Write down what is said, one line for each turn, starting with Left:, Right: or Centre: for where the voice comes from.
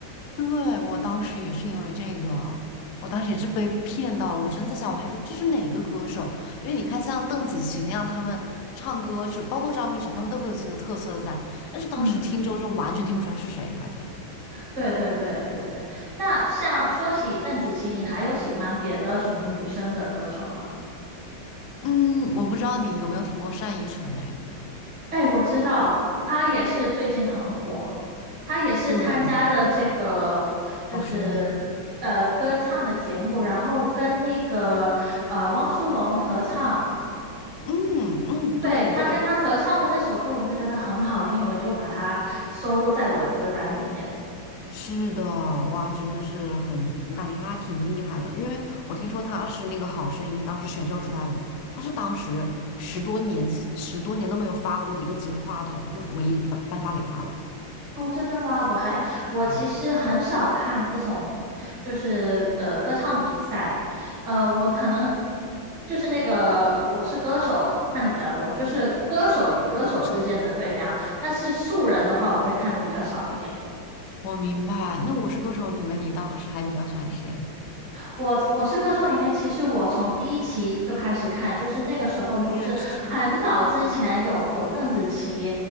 Left: 对，我当时也是因为这个，我当时也是被骗到了。我真的在想，我还说这是哪个歌手？因为你看，像邓紫棋那样，他们唱歌是包括张碧晨，他们都会有自己的特色在。但是当时听周深完全听不出来是谁来着。
Right: 嗯，对对对对对。那像说起邓紫棋，你还有喜欢别的什么女生的歌手吗？
Left: 嗯，我不知道你有没有听过单依纯诶。
Right: 哎，我知道，她也是最近很火，她也是参加的这个就是呃歌唱的节目，
Left: 对，好声音。
Right: 然后跟那个呃汪苏泷合唱。
Left: 嗯嗯，
Right: 对，
Left: 对对，
Right: 他跟他合唱的那首歌，我就觉得很好听，我就把它收入在我的歌单里面。
Left: 是的，哇，真的是很，我感觉他还挺厉害的，因为我听说他是那个《好声音》当时选秀出来的嘛，他是当时十多年十多年都没有发过的一个金话筒，就唯一发颁发给他了。
Right: 哦，真的吗？我还我其实很少看这种，
Left: 嗯，
Right: 就是呃歌唱比赛，呃，我可能
Left: 嗯
Right: 就是那个我是歌手看的比较多，就是歌手与歌手之间的对量，
Left: 我是歌手，
Right: 但是素人的话，我会看的比较少一点。
Left: 我明白。那《我是歌手》里面，你当时还比较喜欢谁？
Right: 我我是歌手里面，其实我从第一期就开始看，就是那个时候不是很早之前有有邓紫棋，
Left: 我也是，